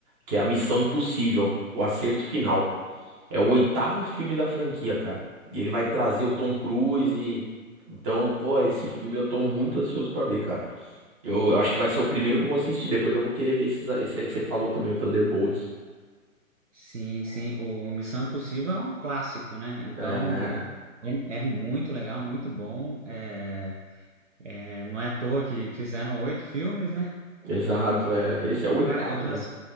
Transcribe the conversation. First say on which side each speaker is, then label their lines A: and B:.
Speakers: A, on the right; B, on the right.
A: que é a Missão Impossível, o Acerto Final. É o oitavo filme da franquia, cara. E ele vai trazer o Tom Cruise. e- Então, pô, esse filme eu tô muito ansioso pra ver, cara. Eu, eu acho que vai ser o primeiro que eu vou assistir. Depois eu vou querer ver esses, esse aí que você falou também, o Thunderbolts.
B: Sim, sim, o Missão Impossível é um clássico, né? Então,
A: É.
B: é, é muito legal, muito bom. É, é, não é à toa que fizeram oito filmes, né?
A: Exato,
B: E,
A: é, esse é o oitavo
B: cara, eu já,
A: já.